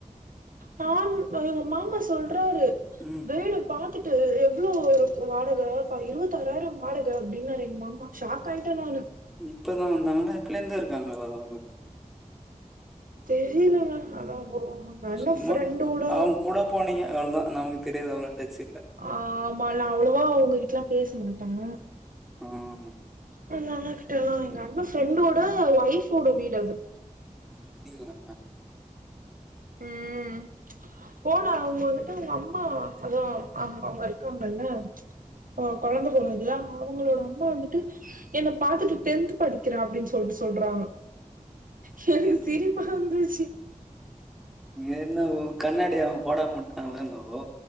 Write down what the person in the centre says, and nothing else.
ம்
இப்பதா வந்தாங்களா எப்பலேந்தே இருக்காங்கலா அவங்க
சும்மா
அவங்க கூட போனீங்க அவ்ளதா நமக்கு தெரியாது அவ்ளோ டச் இல்ல
ம்
அப்டியாங்க
என்
என்னவோ கண்ணாடி அவங்க போடாம உட்டாங்களா என்னவோ